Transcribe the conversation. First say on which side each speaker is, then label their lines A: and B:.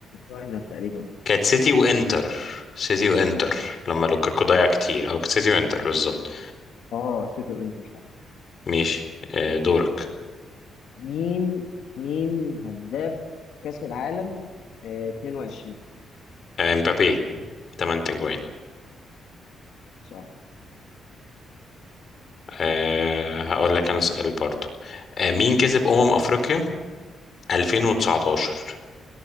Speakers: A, on the left; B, on the left.
A: فاينل تقريبا
B: كانت سيتي وانتر سيتي وانتر لما لوكاكو ضيع كتير اه كانت سيتي وانتر بالظبط
A: اه آه، سيتي وانتر صح
B: ماشي آه، دورك
A: طيب مين مين هداف كأس العالم آه 22
B: آه، امبابي 8 تجوان
A: صح
B: أه هقول
A: استنى،
B: لك انا سؤال برضو أه مين كسب امم افريقيا 2019